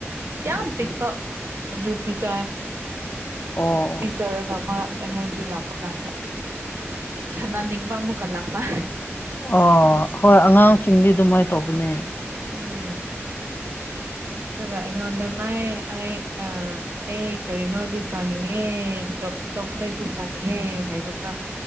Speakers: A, on the right; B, on the left.
A: ꯌꯥꯝ ꯄꯤꯄ ꯑꯗꯨ ꯄꯤꯇꯩ
B: ꯑꯣ
A: ꯄꯤꯖꯔꯒ ꯑꯃ ꯑꯦꯅꯔꯖꯤ ꯂꯥꯛꯄ ꯀꯥꯟꯗ ꯁꯥꯟꯅꯅꯤꯡꯕ ꯑꯃꯨꯛ ꯀꯂꯥꯛꯄ
B: ꯑꯣ ꯍꯣꯏ ꯑꯉꯥꯡꯁꯤꯡꯗꯤ ꯑꯗꯨꯃꯥꯏꯅ ꯇꯧꯕꯅꯦ
A: ꯎꯝ ꯑꯗꯨꯒ ꯑꯩꯉꯣꯟꯗ ꯅꯌꯦ ꯅꯌꯦ ꯑ ꯑꯦ ꯀꯔꯤꯅꯣꯗꯤ ꯆꯥꯅꯤꯡꯉꯦ ꯆꯣꯀ꯭ꯂꯦꯠꯇꯤ ꯆꯥꯅꯤꯡꯉꯦ ꯍꯥꯏꯕꯒ